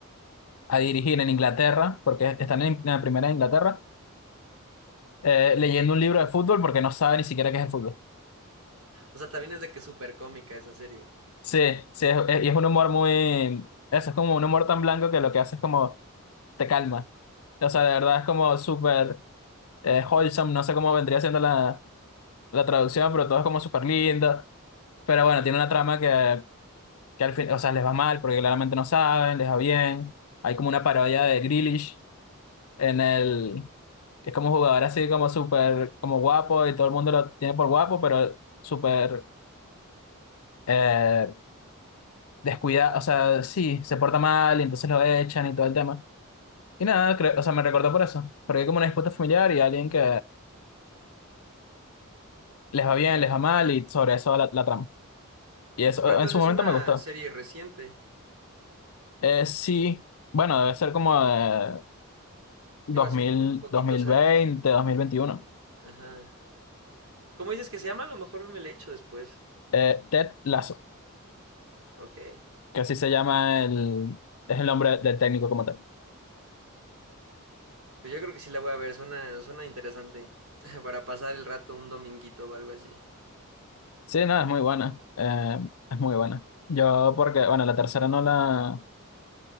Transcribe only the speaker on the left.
a dirigir en Inglaterra, porque están en, en la primera de Inglaterra, eh, leyendo un libro de fútbol porque no sabe ni siquiera qué es el fútbol.
Sí, sí, es, es- y es un humor muy... Eso es como un humor tan blanco que lo que hace es como te calma. O sea, de verdad es como súper eh, wholesome, no sé cómo vendría siendo la, la traducción, pero todo es como súper lindo. Pero bueno, tiene
una trama que que al fin, o sea, les va mal porque claramente no saben, les va bien. Hay como una parodia de Grealish en el, que es como un jugador así como súper, como guapo y todo el mundo lo tiene por guapo, pero súper eh, descuidado, o sea, sí, se porta mal y entonces lo echan y todo el tema. Y nada, creo- o sea, me recordó por eso, porque hay como una disputa familiar y alguien que les va bien, les va mal y sobre eso va la, la trama. Y eso
en su momento
me gustó.
Eh, sí, bueno, debe ser como de dos
dos mil
dos mil
veinte dos mil veintiuno
Eh, Ted Lasso,
que así se llama el, es el nombre del técnico como tal.
Sí, no, es muy buena, eh, es muy buena. Yo porque, bueno, la tercera no la,